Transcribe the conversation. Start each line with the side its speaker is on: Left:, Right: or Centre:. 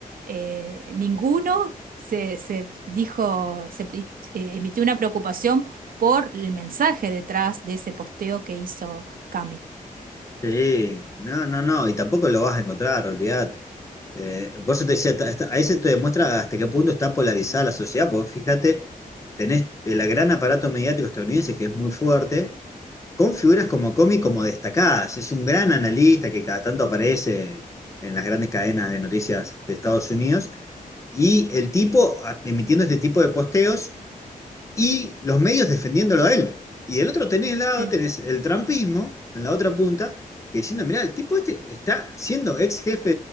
Right: eh, ninguno se, se dijo, se eh, emitió una preocupación por el mensaje detrás de ese posteo que hizo Cami.
Left: Sí, no, no, no, y tampoco lo vas a encontrar, olvídate. Eh, por eso te decía, ta- hasta- ahí se te demuestra hasta qué punto está polarizada la sociedad, porque fíjate, tenés el gran aparato mediático estadounidense que es muy fuerte, con figuras como Comi como destacadas. Es un gran analista que cada tanto aparece en las grandes cadenas de noticias de Estados Unidos. Y el tipo, a- emitiendo este tipo de posteos, y los medios defendiéndolo a él. Y del otro tenés lado,
Right: Sí,
Left: tenés el trampismo, en la otra punta, que diciendo, mirá, el tipo este está siendo ex jefe